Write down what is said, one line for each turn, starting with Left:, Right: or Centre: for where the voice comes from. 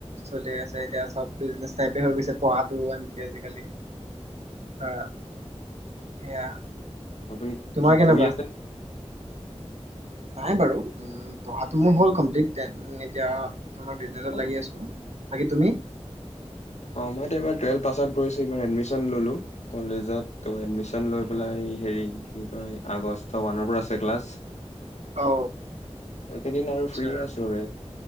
Right: চলি আছে, এতিয়া চব বিজনেছ টাইপে হৈ গৈছে পঢ়াটো আনকি আজিকালি ধৰা সেয়া।
Left: আপুনি
Right: তোমাৰ
Left: কি
Right: কেনেকুৱা
Left: পঢ়ি আছেনে?
Right: নাই বাৰু। উ পঢ়াটো মোৰ হ'ল কমপ্লিট দেন এতিয়া। তোমাৰ বিজনেছত
Left: অ
Right: লাগি আছো। বাকি তুমি?
Left: মই এতিয়া এবাৰ টুলেভ পাছত গৈছো। এবাৰ এদমিচন ললো কলেজত, তৌ এদমিচন লৈ পেলাই এই হেৰি কি কয় আগষ্ট মানৰ পৰা আছে ক্লাছ।
Right: অ
Left: একেদিন আৰু
Right: আচ্ছা
Left: ফ্ৰি আছো আৰু